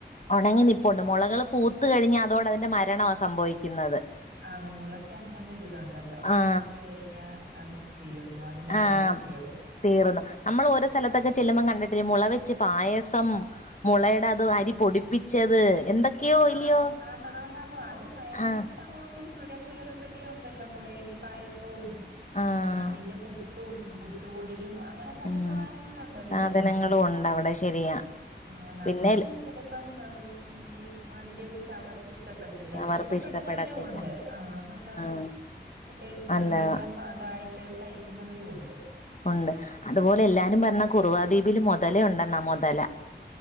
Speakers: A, on the left; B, on the right.
A: ഉണങ്ങി നിപ്പുണ്ട് മുളകള് പൂത്ത കഴിഞ്ഞ് അതോടെ അതിന്റെ മരണമാ സംഭവിക്കുന്നത്
B: ആന്ന് മുളക്ക് അങ്ങനൊരിതുണ്ടല്ലോ
A: ആ
B: പൂത്ത് കഴിഞ്ഞാ അത് തീർന്നു അതിന്റെ
A: ആഹ്
B: ആയുസ് തീർന്നു
A: തീർന്നു നമ്മൾ ഓരോ സ്ഥലത്തൊക്കെ ചെല്ലുമ്പം കണ്ടിട്ടില്ലെ മുള വെച്ച് പായസം മുളയുടെ അത് അരി പൊടിപ്പിച്ചത് എന്തൊക്കെയോ
B: ആഹ്
A: ഇല്ലയോ
B: ആണ് ആണ് ആണ് അത് വയനാട്ടിൽ
A: ആഹ്
B: അങ്ങോട്ട് ചുരം കയറുമ്പോഴേ ഉണ്ടല്ലോ മുളേരി പായസവും
A: ആഹ്
B: മ്മ് അതിന്റെ പുട്ടും പുട്ടും പുട്ടുപൊടിയും അങ്ങനെ പല
A: ഉം
B: സാധനങ്ങളുണ്ട് അതിന്റെ
A: സാധനങ്ങളും ഉണ്ട് അവിടെ ശരിയാ
B: ആഹ് നമുക്ക്
A: പിന്നെ
B: ചിലപ്പം <unintelligible> മ്മ് അതിന്റെ ഒരു ചവർ ഇഷ്ടപ്പെടത്തില്ല
A: ചവർപ്പ്
B: അത് ഇഷ്ടപ്പെടുന്നവരും
A: ഇഷ്ടപ്പെടത്തില്ല
B: ഉണ്ട് ആ നല്ല
A: ആഹ്
B: ടേസ്റ്റ്
A: നല്ലതാ
B: നല്ല പാകായിട്ട് അത് കഴിക്കുന്നവരും ഉണ്ട്
A: ഉണ്ട് അതുപോലെ എല്ലാരും പറഞ്ഞെ കുറുവാദ്വീപില് മുതല ഉണ്ടെന്നാ മുതല